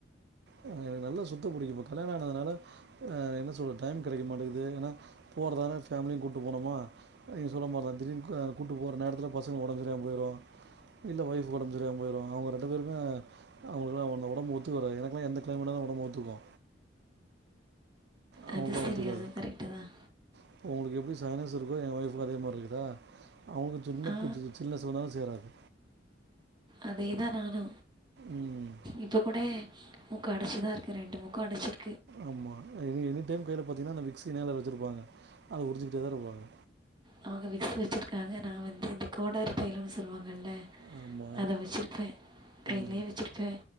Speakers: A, on the right (about 60°); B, on the right (about 25°).
A: ஆ எனக்கு நல்லா சுத்த புடிக்கு இப்ப கல்யாணோ அனாதுனால அ என்ன சொல்ற டயம் கெடைக்க மாட்டது ஏனா போறதாருந்த ஃபேமிலியு கூட்டு போனுமா நீங்க சொல்ல மாரிதா திடீனு க கூட்டு போற நேரத்ல பசங்க ஒடம்பு சரியாம போயிரோ இல்ல ஒய்ஃப் ஒடம்பு சரியாம போயிரோ அவுங்க ரெண்டு பேருமே அவுங்களுக்கு லா ஒடம்பு ஒத்து வராது எனக்கு எந்த கிளைமேட் நாலு ஒடம்பு ஒத்துக்கோ அவுங்ளுக்கல்லா
B: அது சரி.
A: ஒத்துகாது
B: அதுவும் கரெக்ட்டு தான்.
A: இப்போ ஒங்களுக்கு எப்டி சைனஸ் இருக்கோ என் ஒய்ஃபுக் அதே மாரி இருக்குதா அவுங்க சின்ன
B: ஆ
A: கொஞ்ச சில்னஸ் வந்தாலு சேராது
B: அதே தா நானு
A: ம்
B: இப்போ கூட மூக்கு அடச்சிதா இருக்கு ரெண்டு மூக்கு அடச்சிருக்கு
A: ஆமா எனி எனி டைம் கைல பாத்தீங்கன்னா அத விக்சி கைல வச்ருப்பாங்க அத உரிஞ்சுக்கிட்டே தாருப்பாங்க
B: அவங்க விக்ஸ் வச்சிருக்காங்க நா வந்து இந்த கோடாரி தைலன்னு சொல்லுவாங்கல்ல
A: ஆமாம்
B: அத வச்சிருப்ப கைலயே
A: ம்
B: வச்சிருப்ப